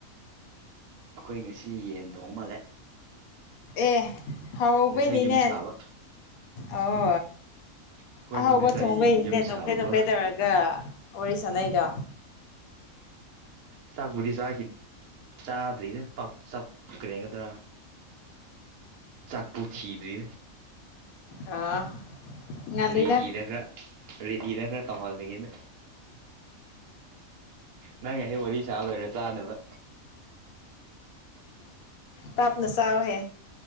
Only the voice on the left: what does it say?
ꯑꯦ ꯍꯥꯎꯕꯅꯤꯅꯦ
ꯑꯣ
ꯑꯍꯥꯎꯕ
ꯊꯣꯡꯕꯩꯅꯤꯅꯦ
ꯅꯣꯐꯦ
ꯅꯣꯐꯦ ꯇꯧꯔꯒ ꯋꯥꯔꯤ ꯁꯥꯟꯅꯩꯗꯣ
ꯑꯥ ꯉꯜꯂꯤꯗ
ꯇꯞꯅ ꯆꯥꯎꯍꯦ